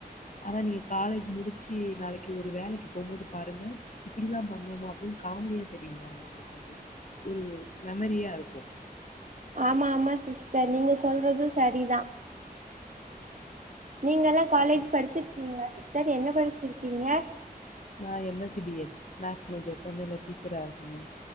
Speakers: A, on the left; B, on the right.
A: ஆனா நீங்க காலேஜ் முடிச்சு நாளைக்கு ஒரு வேலைக்கு போகும்போது பாருங்க இப்படிலா பண்ணோமா அப்படின்னு காமெடியா தெரியு பாருங்க உங்களுக்கு அது ஒரு மெமரியா இருக்கும்
B: ஆமா ஆமா சிஸ்டர் நீங்க சொல்றது சரிதான் நீங்கல்லா காலேஜ் படிச்சிருக்கீங்களா சிஸ்டர் என்ன படிச்சிருக்கீங்க
A: நான் எம்எஸ்சி பிஎட் மேக்ஸ் மேஜர் சொன்னலே டீச்சரா இருந்தே